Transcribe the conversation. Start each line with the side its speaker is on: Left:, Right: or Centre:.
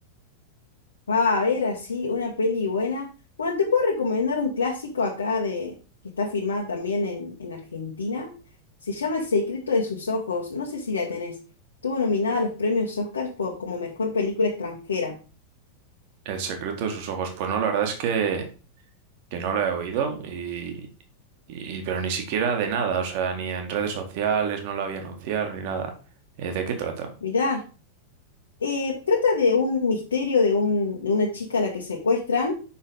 Left: Va a haber así una peli buena. Bueno, te puedo recomendar un clásico acá de que está filmada también en, en Argentina. Se llama El secreto de sus ojos. No sé si la tenés. Estuvo nominada a los premios Oscars por, como mejor película extranjera.
Right: El secreto de sus ojos, pues no, la verdad es que, que no la he oído y, y- pero ni siquiera de nada, o sea, ni en redes sociales no la vi anunciar ni nada. Eh, ¿de qué trata?
Left: Mirá, eh, trata de un misterio de, un, de una chica a la que secuestran.